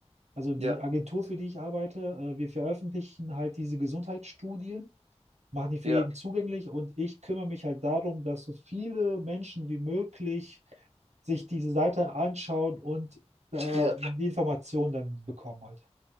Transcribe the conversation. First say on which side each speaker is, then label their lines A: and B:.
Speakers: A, on the right; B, on the right.
A: also die
B: Ja,
A: Agentur, für die ich arbeite. Äh, wir veröffentlichen halt diese Gesundheitsstudien. machen die für
B: ja,
A: jeden zugänglich und ich kümmere mich halt darum, dass so viele Menschen wie möglich sich diese Seite anschauen und äh,
B: ja.
A: die Informationen dann bekommen halt.